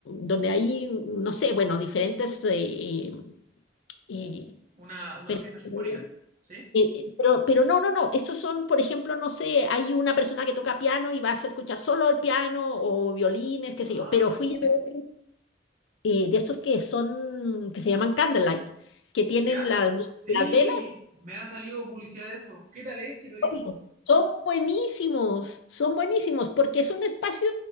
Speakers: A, on the left (about 85°); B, on the right (about 45°).
A: donde hay, no sé, bueno, diferentes... eh, em, eh,
B: Una, una orquesta sinfónica.
A: Mira.
B: ¿Sí?
A: Eh, eh, Pero, pero no, no, no. Estos son, por ejemplo, no sé, hay una persona que toca piano y vas a escuchar solo el piano o violines, qué sé
B: Ah,
A: yo. Pero fui a ver, eh, de estos que son, que se llaman candlelight, que tienen
B: ¿ya?
A: las, lu-
B: Sí,
A: las velas.
B: me ha salido publicidad de eso. ¿Qué tal es? Quiero ir.
A: y Son buenísimos, son buenísimos, porque es un espacio